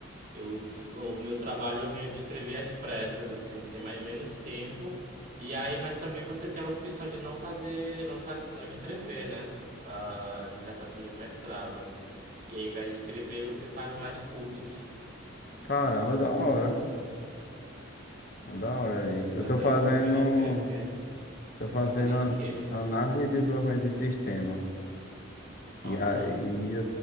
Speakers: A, on the right; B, on the left.
A: Eu, o meu trabalho eu meio que escrevi às pressas, assim, tem mais ou menos tempo. E aí, mas também você tem a opção de não fazer, não fazer, não escrever, né? A dissertação de mestrado. E aí, ao invés de escrever, você faz mais cursos.
B: Caramba, da hora. Da hora é isso.
A: Mas
B: Eu tô
A: aí
B: fazendo,
A: eu escolhi escrever.
B: tô fazendo
A: Tá fazendo
B: an-
A: o quê?
B: análise e desenvolvimento de sistema.
A: Olha.
B: E aí é,